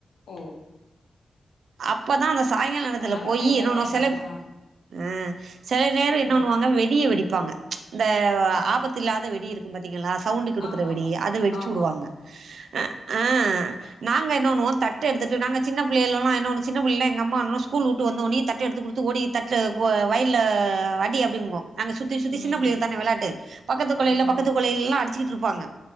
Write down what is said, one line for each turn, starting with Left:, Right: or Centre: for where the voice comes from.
Left: ஓ
Right: அப்பதா அந்த சாய்ங்கால நேரத்துல
Left: அதனால
Right: போயி
Left: சாயங்கால
Right: என்னபண்ணு
Left: டைம்ல
Right: செலப்
Left: ஆ
Right: அ செல நேரோ என்ன
Left: ம்
Right: பண்ணுவாங்க வெடிய வெடிப்பாங்க இந்த
Left: ஆ
Right: ஆபத்து இல்லாத வெடி இருக் ம் பாத்தீங்களா சவுண்டு் குடுக்குற
Left: ஆமா
Right: வெடி
Left: ஆமா
Right: அத வெடிச்சு
Left: ஆமா
Right: வுடுவாங்க
Left: ஆமா
Right: அ ஆ நாங்க என்னவண்ணுவோ தட்டு எடுத்துட்டு நாங்க சின்ன பிள்ளைகளெல்லா என் இன்னொன்னு சின்ன புள்ளில்லா எங்க அம்மான்னு ஸ்கூல் வுட்டு வந்த ஒனே தட்டு எடுத்து குடுத்து ஓடி தட்டு ஓ வய்ல்ல அடி அப்பின் மோ நாங்க சுத்தி சுத்தி
Left: ம்
Right: சின்ன பிள்ளைல் தான வெளாட்டு பக்கத்து கொலைல
Left: ம்
Right: பக்கத்து கொலைல்லா அடிச்சிக்கிட்டு இருப்பாங்க